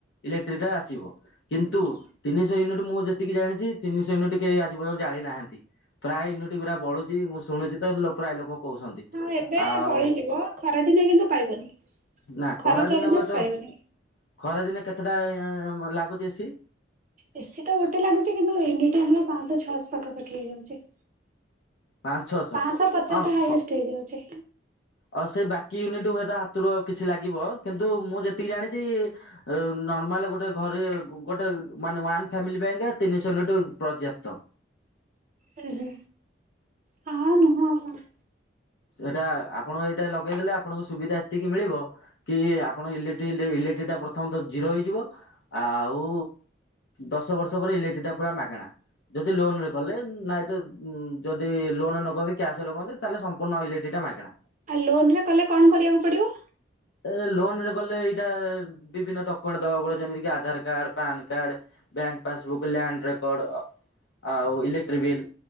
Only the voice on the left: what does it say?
ଇଲେକ୍ଟ୍ରିଟା ଆସିବ କିନ୍ତୁ
ତିନିଶହ ୟୁନିଟ୍ ମୁଁ ଯେତିକି ଜାଣିଚି ଯେ ତିନିଶ ୟୁନିଟି କେହି ଆଜି ପର୍ଯ୍ୟନ୍ତ ଜାଳିନାହାନ୍ତି। ପ୍ରାୟ ଇନୋଟି ପୁରା ବଳୁଚି ମୁଁ ଶୁଣୁଚି ତ ପ୍ରାୟ ଲୋକ କହୁଛନ୍ତି।
ଆଉ
ନା
କରାଦିନେ
ହୁଏତ
ଖରାଦିନେ କେତେଟା ଲାଗୁଚି ଏସି?
ପାଞ୍ଚ ଛଅଶହ
ହଁ
ଖ
ଆଉ ସେଇ ବାକି ୟୁନିଟ ହୁଏତ ହାତରୁ ଆଉ କିଛି ଲାଗିବ କିନ୍ତୁ ମୁଁ ଯେତିକି ଜାଣିଚି ନର୍ମାଲ ଗୋଟେ ଘରେ ଗୋଟେ ମାନେ ୱାନ ଫ୍ୟାମିଲ ପାଇଁକା ତିନିଶହ ୟୁନିଟ ପର୍ଯ୍ୟାପ୍ତ।
ସେଟା ଆପଣଙ୍କ ଏଇଟା ଲଗେଇ ଦେଲେ ଆପଣଙ୍କ ସୁବିଧା ଏତିକି ମିଳିବ କି ଆପଣ ଇଲେଟି ଇଲେ ଇଲେକ୍ଟ୍ରି ଟା ପ୍ରଥମତ ଜିରୋ ହେଇଯିବ ଆଉ ଦଶ ବର୍ଷ ପରେ ଇଲେକ୍ଟ୍ରି ଟା ପୁରା ମାଗଣା। ଯଦି ଲୋନ ରେ କଲେ ନାଇଁ ତ ଯଦି ଲୋନ ନ କରନ୍ତି କ୍ୟାସ ଲଗନ୍ତି ତାହେଲେ ସ ପୁନଃ ଇଲେକ୍ଟିତା ମାଗେଣା।
ଏ ଲୋନ ରେ ଗଲେ ଏଇଟା ବିଭିନ୍ନ ଡକ୍ୟୁମେଣ୍ଟ ଦବାକୁ ପଡିବ ଯେମିତିି Aadhaar card PAN card bank passbook land record ଆଉ ଇଲେକ୍ଟ୍ରିକ ବିଲ୍।